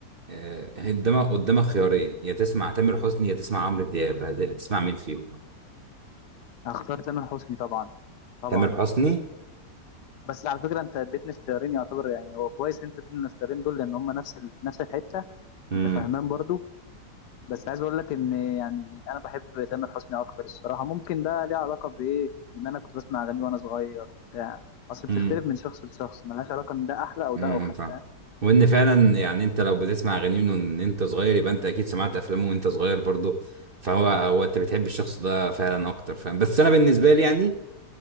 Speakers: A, on the right; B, on the left.
A: آه، قدامك قدامك خيارين يا تسمع تامر حسني يا تسمع عمرو دياب هت- هتسمع مين فيهم
B: هختار تامر حسني طبعا طبعا
A: تامر حسني
B: بس على فكره انت اديتني اختيارين يعتبر يعني هو كويس انت اديتني الاختيارين دول لان هم نفس ال... في نفس الحته
A: امم
B: انت فاهمان برضو بس عايز اقول لك ان يعني انا بحب تامر حسني اكتر الصراحه ممكن ده ليه علاقه بايه بان انا كنت بسمع اغاني وانا صغير وبتاع اصل بتختلف
A: امم
B: من شخص لشخص ملهاش علاقه ان ده احلى او
A: امم
B: ده اوحش
A: فاهم
B: فاهم
A: وان فعلا يعني انت لو بتسمع اغاني من ان انت صغير يبقى انت اكيد سمعت افلامه وانت صغير برضه فهو هو انت بتحب الشخص ده فعلا اكتر فاهم بس انا بالنسبه لي يعني